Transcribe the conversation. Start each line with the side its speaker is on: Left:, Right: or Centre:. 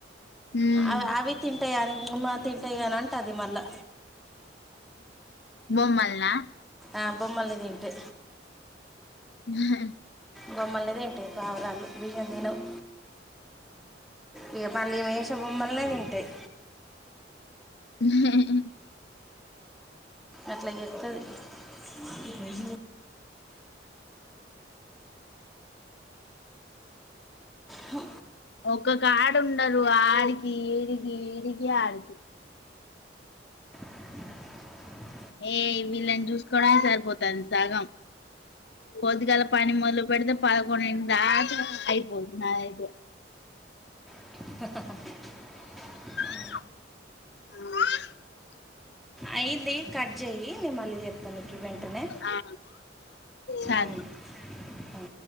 Left: ఉమ్
Centre: అవి అవి తింటాయాని మూన్న తింటాయి అని అంటుందిది మళ్ళా
Left: బొమ్మల్నా
Centre: ఆ బొమ్మల్ని తింటే
Left: హ
Centre: బొమ్మల్ని తింటాయ్ పావురాళ్ళు బియ్యం తినవ్. ఇక మళ్ళీ మేషే బొమ్మల్నె తింటాయ్.
Left: హాహాహా
Centre: అట్లా ఎత్తదు. మా వె <unintelligible> హా
Left: ఒకక్క కా ఉన్నారు ఆడికి, ఈడికి ఈడికి, ఆడికి
Centre: <inaudible>
Left: ఏయ్ వీళ్ళని చూసుకోవడానికి సరిపోతుంది సగం పొద్దిగాల పని మొదలు పెడితే పదకొండు దాక అయిపోదు నాదైతే
Centre: హహహ
Left: అ
Centre: అయింది కట్ చెయ్యి నేను మళ్ళీ చెప్తాను మీకు ఈ వెెంటనే
Left: ఆ సరే
Centre: హు హ